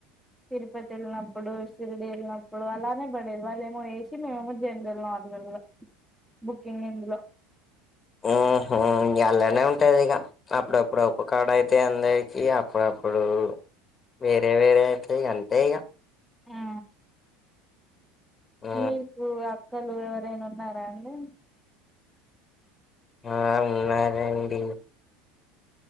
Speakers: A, in the centre; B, on the left.
A: తిరుపతి ఎళ్ళినప్పుడు. ఇ షిరిడి వెళ్ళినప్పుడు అలానే పడేది. వాళ్ళ ఏమో ఏసి మేమేమో. జనరల్ నడలాల్ల. బుకింగ్ ఇందులో,
B: ఉహూ ఇంగ అల్లనే ఉంటది. ఇగ అప్పుడప్పుడు ఒక కాడ అయితే అందరికి అప్పుడప్పుడు. వేరే వేరే అయితే అంతే ఇగా,
A: హూ.
B: ఆ
A: మీకు ఆ అక్కలు ఎవరైనా ఉన్నారా అండి
B: ఆ ఉన్నారండి.